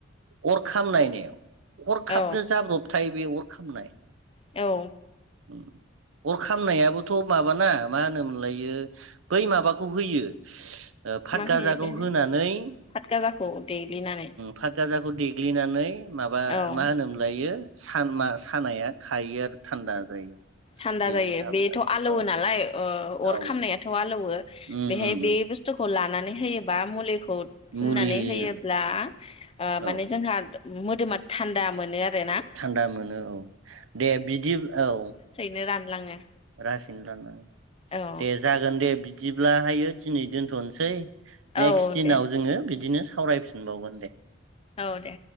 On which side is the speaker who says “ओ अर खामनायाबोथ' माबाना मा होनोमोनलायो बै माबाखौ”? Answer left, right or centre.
Right